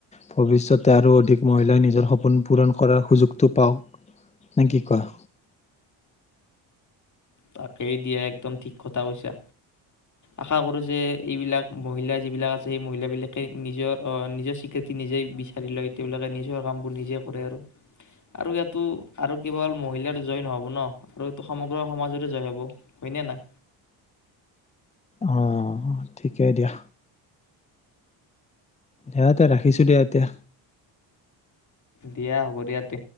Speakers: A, on the left; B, on the left.
A: ভৱিষ্যতে আৰু অধিক মহিলাই নিজৰ সপোন পূৰণ কৰাৰ সুযোগটো পাওক নে কি কোৱা
B: তাকেই দিয়ে একদম ঠিক কথা কৈছা আশা কৰো যে এইবিলাক মহিলা যিবিলাক আছে সেই মহিলাবিলাকে নিজৰ নিজৰ স্বীকৃতি নিজেই বিচাৰি লয় তেওঁবিলাকে নিজৰ কামবোৰ নিজে কৰে আৰু আৰু ইয়াতো আৰু কেৱল মহিলাৰ জয় নহব ন আৰু এইটো সমগ্ৰ সমাজত জয় হব হয়নে নাই
A: অ ঠিকেই দিয়া এয়াতে ৰাখিছো দিয়া এতিয়া
B: দিয়া হব দিয়া তে